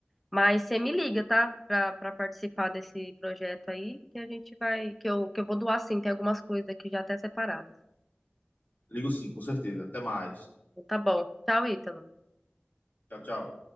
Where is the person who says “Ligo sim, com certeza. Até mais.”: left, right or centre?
Left